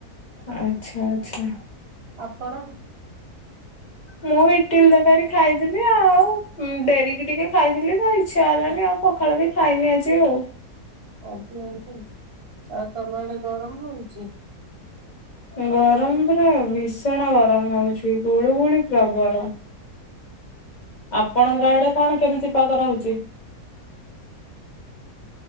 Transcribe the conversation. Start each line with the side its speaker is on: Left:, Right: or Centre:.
Left: ଆଚ୍ଛା ଆଚ୍ଛା।
Right: ଆପଣ?
Left: ମୁଁ ଇଟିଲି ତରକାରୀ ଖାଇଥିଲି ଆଉ ଡେରିକି ଟିକେ ଖାଇଥିଲି ତ ଇଚ୍ଛା ହେଲାନି ଆଉ ପଖାଳ ବି ଖାଇନି ଆଜି ଆଉ।
Right: ଆଜ୍ଞା ଆଜ୍ଞା ଆଉ ତମ ଆଡ଼େ ଗରମ ହଉଚି?
Left: ଗରମ ପୁରା ଭୀଷଣ ଗରମ ହଉଛି ଗୁଳୁ ଗୁଳି ପ୍ରବଳ। ଆପଣଙ୍କ ଆଡ଼େ କଣ କେମିତି ପାଗ ରହୁଚି?